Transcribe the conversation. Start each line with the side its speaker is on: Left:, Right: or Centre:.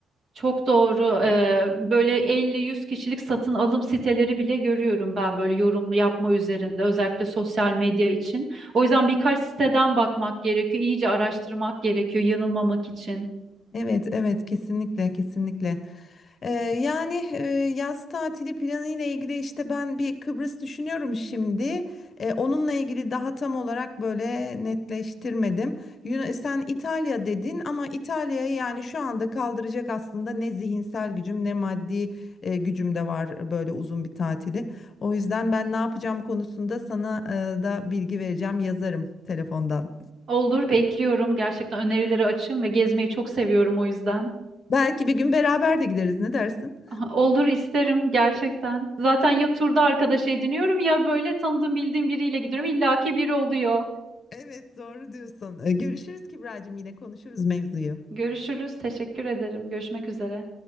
Right: Çok doğru. Ee, böyle elli, yüz kişilik satın alım siteleri bile görüyorum ben böyle yorum yapma üzerinde özellikle sosyal medya için. O yüzden birkaç siteden bakmak gerekiyor. İyice araştırmak gerekiyor yanılmamak için.
Left: Evet, evet kesinlikle kesinlikle. Ee, yani e, yaz tatili planı ile ilgili işte ben bir Kıbrıs düşünüyorum şimdi. Ee, onunla ilgili daha tam olarak böyle netleştirmedim. Yun- sen İtalya dedin ama İtalya'ya yani şu anda kaldıracak aslında ne zihinsel gücüm ne maddi e, gücüm de var böyle uzun bir tatili. O yüzden ben ne yapacağım konusunda sana e, da bilgi vereceğim, yazarım telefondan.
Right: Olur bekliyorum. Gerçekten önerileri açığım ve gezmeyi çok seviyorum o yüzden.
Left: Belki bir gün beraber de gideriz. Ne dersin?
Right: Aha, Olur isterim gerçekten. Zaten ya turda arkadaş ediniyorum ya böyle tanıdığım bildiğim biriyle gidiyorum. İlla ki biri oluyor.
Left: Evet doğru diyorsun. Ee, Görüşürüz Kibracığım yine konuşuruz mevzuyu.
Right: Görüşürüz. Teşekkür ederim. Görüşmek üzere.